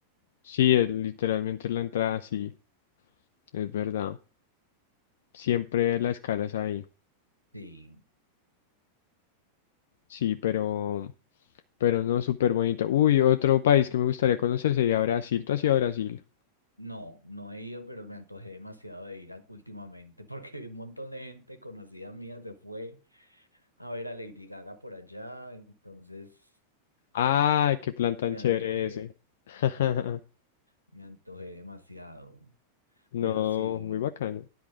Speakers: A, on the left; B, on the left.
A: sí, es literalmente la entrada, sí, es verdad. Siempre la escala es ahí.
B: Sí,
A: Sí, pero, pero no súper bonito. Uy, otro país que me gustaría conocer sería Brasil. ¿Tú has ido a Brasil?
B: no, no he ido, pero me antojé demasiado de ir a- últimamente, <laughs> porque un montón de gente conocida mía se fue a ver a Lady Gaga por allá, entonces
A: ¡Ay, qué plan tan
B: me
A: chévere
B: antojé,
A: ese! <laughs>
B: me antojé demasiado.
A: No,
B: Pero sí,
A: muy bacano.